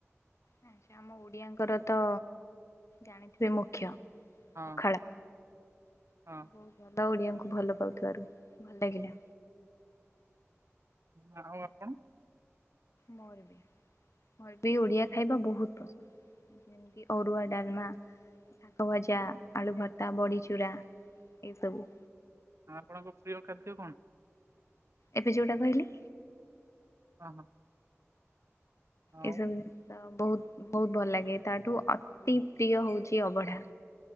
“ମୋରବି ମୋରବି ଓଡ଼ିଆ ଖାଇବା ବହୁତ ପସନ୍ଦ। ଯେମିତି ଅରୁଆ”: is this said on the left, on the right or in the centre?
Left